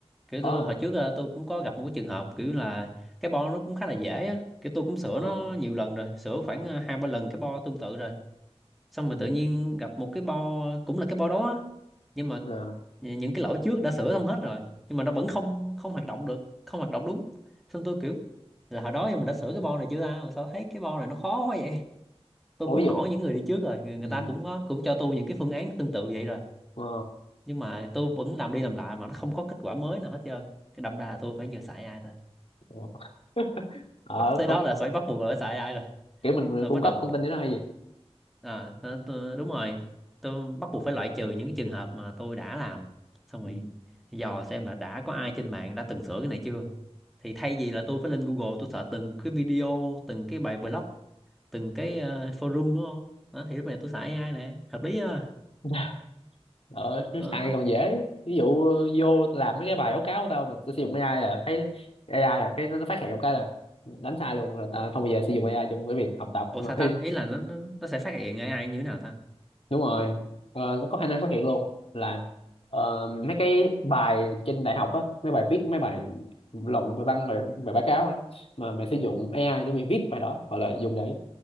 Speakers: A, in the centre; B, on the left.
A: kiểu
B: có
A: tôi hồi
B: hả
A: trước ờ, tôi cũng có gặp một cái trường hợp kiểu là cái bo nó cũng khá là dễ á kiểu tôi cũng sửa
B: ờ
A: nó nhiều lần rồi sửa khoảng ờ, hai ba lần cái bo tương tự rồi xong
B: ừ.
A: rồi tự nhiên gặp một cái bo cũng là cái bo đó á nhưng mà
B: ờ
A: nh- những cái lỗi trước đã sửa xong hết rồi nhưng mà nó vẫn không không hoạt động được không hoạt động đúng xong tôi kiểu là hồi đó thì mình đã sửa cái bo này chưa ta mà sao thấy cái bo này nó khó quá vậy tôi
B: Ủa,
A: cũng
B: ví
A: hỏi
B: dụ
A: những người đi trước rồi người,
B: ừ.
A: người ta cũng có cũng cho tôi những cái phương án tương tự vậy rồi
B: ờ
A: nhưng mà tôi vẫn làm đi làm lại mà nó không có kết quả mới nào hết trơn cái đâm ra là tôi phải giờ xài ai thôi
B: ờ <laughs> Ờ,
A: bắt tới
B: có-
A: đó là phải bắt buộc là phải xài ai rồi
B: kiểu mình
A: tôi
B: cung
A: bắt
B: cấp
A: đầu
B: thông tin cho nó hay gì
A: à, tôi, tôi, đúng rồi tôi bắt buộc phải loại trừ những cái trường hợp mà tôi đã làm xong rồi
B: Ừ.
A: dò xem là đã có ai trên mạng đã từng sửa cái này chưa thì thay vì là tôi phải lên Google tôi search từng cái video từng cái bài blog từng cái ờ, forum đúng không đó, thì lúc này tôi xài AI nè hợp lý chưa
B: <laughs> ờ nó
A: đó,
B: xài còn dễ ví dụ ờ, vô làm mấy cái bài báo cáo của tao mà tao sử dụng AI là thấy AI là cái nó nó phát hiện một cái là đánh sai luôn là tao không bao giờ sử dụng AI trong cái việc học tập
A: Ủa
B: <laughs>
A: sao ta? Ý là nó nó nó sẽ phát hiện AI như thế nào ta?
B: đúng rồi Ờ, nó có khả năng phát hiện luôn là ờ, mấy cái bài trên đại học á mấy bài viết mấy bài luận bài văn bài, bài báo cáo á mà mày sử dụng AI để mày viết bài đó hoặc là dùng để